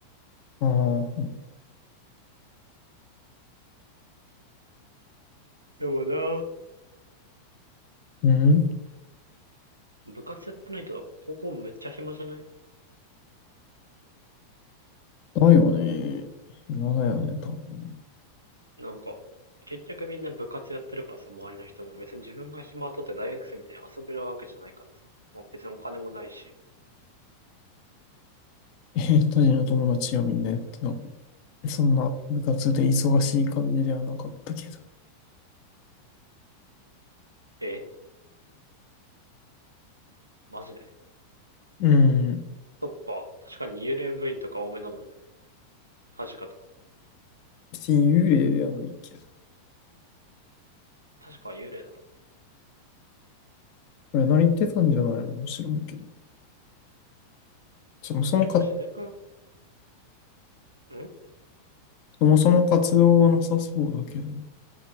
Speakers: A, on the left (about 45°); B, on the right (about 80°).
A: ああ、
B: でもな。
A: うん。
B: 部活やってないと、高校むっちゃ暇じゃない
A: だよね。今だよね、多分。
B: なんか、結局みんな部活やってるからさ、周りの人も。別に自分が暇取って大学生みたいに遊べるわけじゃないからさ。まあ、別にお金もないし。
A: え、当時の友達はみんなやってた。そんな部活で忙しい感じではなかったけど。
B: えマジで
A: うん。
B: そっか。確かに幽霊部員とか多めだもんね。確かとか。
A: 別に幽霊ではないけど。
B: 確かは幽霊だろ。
A: これ何言ってたんじゃないのもちろんけど。そもそもか、
B: え自然科ん
A: そもそも活動がなさそうだけど。